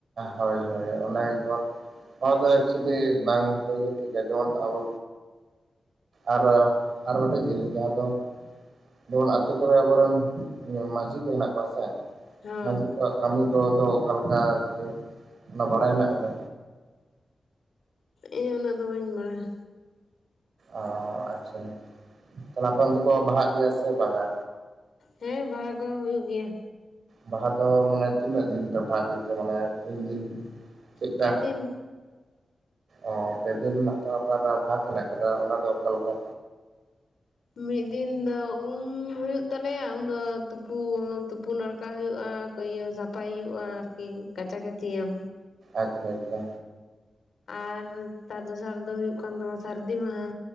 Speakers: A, on the right; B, on the left.
A: ᱦᱳᱭ ᱦᱳᱭ ᱚᱱᱮ ᱡᱮᱢᱚᱱ ᱱᱚᱣᱟ ᱫᱚ ᱮᱠᱪᱩᱭᱮᱞᱤ ᱵᱟᱝ ᱦᱩᱭ ᱜᱮ ᱴᱷᱠᱟ ᱡᱮᱢᱚᱱ ᱟᱵᱚ ᱟᱨ ᱟᱨ ᱜᱴᱮᱡ ᱡᱤᱱᱤᱥ ᱡᱟᱦᱟᱸ ᱫᱚ ᱡᱮᱢᱚᱱ ᱟᱹᱛᱩ ᱠᱚᱨᱮ ᱟᱵᱚᱨᱮᱱ ᱢᱟᱹᱡᱷᱤ ᱠᱚ ᱦᱮᱱᱟᱜ ᱠᱚᱣᱟ ᱥᱮ
B: ᱦᱳᱭ
A: ᱢᱟᱡᱦᱤ ᱠᱚᱣᱟᱜ ᱠᱟᱹᱢᱤ ᱠᱚ ᱫᱚ ᱚᱠᱟ ᱞᱮᱠᱟ ᱟᱨᱠᱤ ᱚᱱᱟ ᱵᱟᱲᱟᱭ ᱦᱮᱱᱟᱜ ᱟᱠᱟᱫᱟ
B: ᱤᱧ ᱩᱱᱟᱹᱜ ᱫᱚ ᱵᱟᱹᱧ ᱵᱟᱰᱟᱭᱟ
A: ᱚ ᱟᱪᱪᱷᱟ ᱛᱟᱦᱚᱞᱮ ᱟᱯᱮ ᱚᱱᱛᱮ ᱠᱚ ᱵᱟᱦᱟᱜ ᱜᱮᱭᱟ ᱥᱮ ᱵᱟᱝᱟ
B: ᱦᱮᱸ ᱵᱟᱦᱟ ᱠᱚ ᱦᱩᱭᱩᱜ ᱜᱮᱭᱟ
A: ᱵᱟᱦᱟ ᱫᱚ ᱢᱟᱱᱮ ᱛᱤᱱᱟᱹᱜ ᱫᱤᱱ ᱯᱮ ᱵᱟᱦᱟᱜ ᱜᱮ ᱛᱮ ᱢᱟᱱᱮ ᱛᱤᱱ ᱫᱤᱱ ᱪᱮᱫᱠᱟ
B: ᱯᱮ ᱫᱤᱱ
A: ᱚ ᱯᱮ ᱫᱤᱱ ᱨᱮᱱᱟᱜ ᱟᱵᱟᱨ ᱵᱷᱟᱜᱽ ᱢᱮᱱᱟᱜᱮ ᱠᱟᱫᱟ ᱚᱱᱟ ᱫᱚ ᱚᱠᱟ ᱞᱮᱠᱟ
B: ᱢᱤᱫ ᱫᱤᱱ ᱫᱚ ᱩᱢ ᱦᱩᱭᱩᱜ ᱛᱟᱞᱮᱭᱟ ᱩᱱᱫᱚ ᱛᱩᱯᱩ ᱛᱩᱯᱩᱱ ᱱᱟᱲᱠᱟ ᱦᱩᱭᱩᱜᱼᱟ ᱤᱭᱟᱹ ᱥᱟᱯᱷᱟᱭ ᱦᱩᱭᱩᱜᱼᱟ ᱟᱨᱠᱤ ᱠᱟᱪᱟ ᱠᱟᱪᱤᱭᱟᱢ
A: ᱟᱪᱪᱷᱟ ᱟᱪᱪᱷᱟ
B: ᱟᱨ ᱛᱟᱨ ᱫᱚᱥᱟᱨ ᱫᱚ ᱦᱩᱭᱩᱜ ᱠᱟᱱ ᱛᱟᱢᱟ ᱥᱟᱹᱨᱫᱤ ᱢᱟᱦᱟ